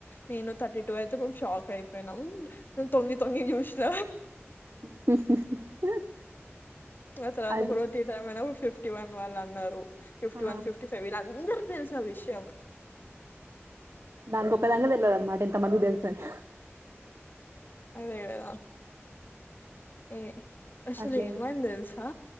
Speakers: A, on the left; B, on the right.
A: నేను థర్టీ టూ అయితే మేము షాక్ అయిపోయిన నౌన్ తొంగి తొంగి చూసిన
B: <inaudible>
A: ఆ తర్వాత
B: అది
A: ఒక రోజ్ టీ టైం అ ఫిఫ్టీ వన్ వాళ్ళు అన్నారు ఫిఫ్టీ
B: ఆ
A: వన్ ఫిఫ్టీ ఫైవ్ వీళ్ళంత్ అందార్క్ తేల్స్ ఆ విషయం
B: దాన్క్ ఒక్కదానికే తేల్వద్ అన్మాట ఇంత మందికి తెలుసు అని
A: అదే కదా ఏ అసలేమైంద్
B: అట్లే
A: తెలుసా